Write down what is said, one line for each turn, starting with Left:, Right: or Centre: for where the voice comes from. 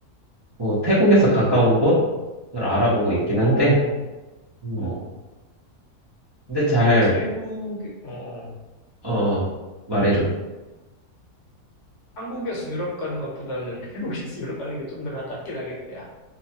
Right: 뭐, 태국에서 가까운 곳을 알아보고 있긴
Left: 어,
Right: 한데, 음,
Left: 어.
Right: 근데 잘,
Left: 그래, 태국, 어, 어.
Right: 어, 말해줘.
Left: 한국에서 유럽 가는 것보다는 <laughs> 태국에서 유럽 가는 게 좀 더 가깝긴 하겠다. 야.